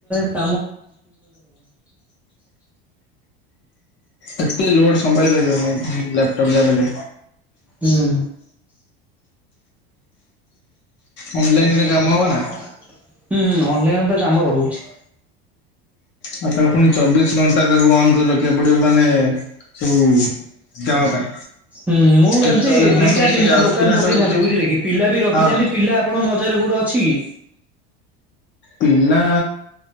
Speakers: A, in the centre; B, on the left.
A: <inaudible>
B: ଏତେ ଲୋଡ ସମ୍ଭାଳି ପାରିବନି ଲାପଟପ୍ ଯାହା ବି ହେଲେ
A: ହୁଁ।
B: ଅନଲାଇନ
A: ହୁଁ ହୁଁ
B: ରେ କାମ ହବ ନା।
A: ଅନ୍ ଲାଇନ୍ ରେ ତ କାମ ରହୁଛି।
B: ଆଉ ତାକୁ ପୁଣି ଚବିଶ୍ ଘଣ୍ଟା ତାକୁ ଅନ୍ କରି ରଖିବାକୁ ପଡ଼ିବ ମାନେ ସବୁ କାମ ପାଇଁ
A: ହୁଁ ମୁଁ
B: କେତେବେଳେ
A: ଏମତି
B: କଣ
A: ଦିଟା
B: ସବୁ ସେ
A: ତିନ୍ ଟା
B: ଆସିଲା
A: ଦୋକାନ୍ ପକେଇଥାନ୍ତି
B: ସବୁ
A: ବୁଝିଲେ କି ପିଲା ବି ରଖିଥାନ୍ତି
B: ହଁ
A: ପିଲା ଆପଣଙ୍କ ନଜର୍ ରେ ଗୁଡ଼ ଅଛି କି?
B: ପିଲା